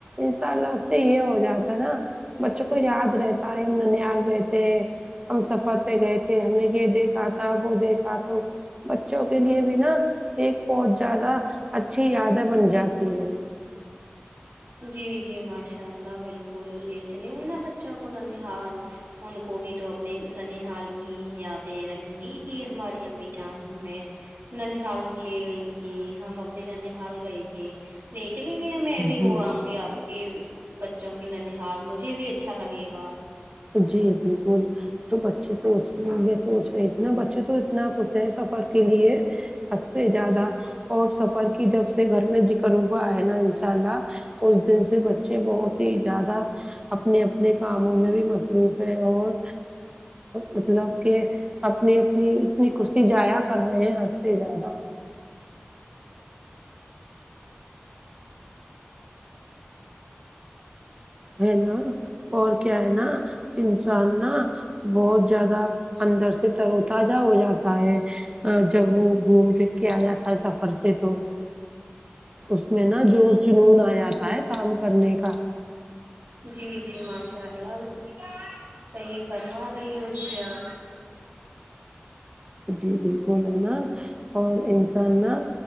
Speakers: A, on the right; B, on the right.
A: انساء اللہ اس سے یہ ہو جاتا ہے نا بچوں کو یاد رہتا ہے ہم ننیاال گئے تھ ہیں ہم سفر پہ گئے تھے ہم نے یہ دیکھا تھا وہ دیکھا تو بچوں کے لیے بھی نا ایک بہت زیادہ اچھی یادیں بن جاتی ہے
B: جی جی ماشاء اللہ بالکل لے چلیں گے نا بچوں کو نہ نہال ان کو بھی تو اپنی ننحال کی یادیں رہی گی کہ ہماری امی جان ہمیں ننحال لے گئی تھی ہم اپنے ننحال گئے تھے لے چلیں گے ہمیں ا بھیھی ہوا
A: جی
B: گ آپ کے بچوں کی ننحال مجھے بھی اچھا لگے گا
A: جی بالکل تو بچے سوچ رہ میں سوچ رہی تھی نا بچے تو اتنا خوش ہیں سفر کے لیے حد سے زیادہ اور سفر کی جب سے گھر میں ذکر ہوا ہے نا انشاء اللہ اس دن سے بچے بہت ہی زیادہ اپنے اپنے کاموں میں بھی مس مصروف ہے اور مطلب کہ اپنی اپنی اتنی خوشی جایا کر رہے ہیں ہنس سے زیادہ ہے نا اور کیا ہے نا انسان نا بہت زیادہ اندر سے ترو تجہ ہو جاتا ہے ہاں جب وہ گھوم پھر کے آجاتا ہے سفر سے تو اس میں نا جوش جنون آیا جاتا ہے کام کرنے کا
B: جی جی ماشاء اللہ بالکل صحیح فرما رہی ہو جی آپ
A: جی بالکل ہے نا اور انسان نا